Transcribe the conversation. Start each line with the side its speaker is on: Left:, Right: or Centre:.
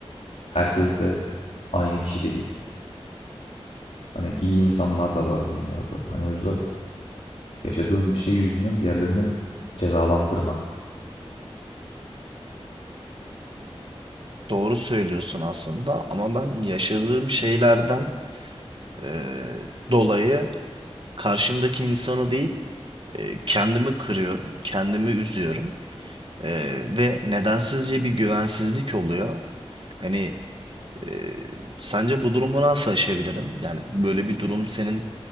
Left: Herkes de aynı kişi değil. Hani iyi insanlar da var dünyada. Hani o yüzden yaşadığım bir şey yüzünden diğerlerini cezalandırma.
Right: Doğru söylüyorsun aslında ama ben yaşadığım şeylerden e, dolayı karşımdaki insanı değil e, kendimi kırıyorum, kendimi üzüyorum E, ve nedensizce bir güvensizlik oluyor. Hani Ee, sence bu durumu nasıl aşabilirim? Yani böyle bir durum senin